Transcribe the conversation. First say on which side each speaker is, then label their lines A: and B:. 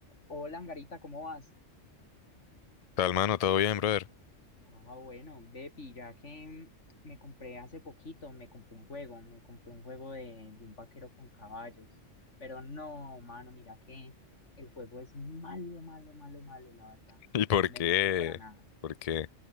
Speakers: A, on the left; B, on the left.
A: Hola, Angarita, ¿cómo vas?
B: Tal, mano, todo bien, brother.
A: Ah, bueno, Bepi, ya que mm, me compré hace poquito, me compré un juego, me compré un juego de, de un vaquero con caballos. Pero no, mano, mira que el juego es malo, malo, malo, malo, la verdad.
B: <laughs> ¿Y por
A: No me
B: qué?
A: gustó para nada.
B: ¿Por qué?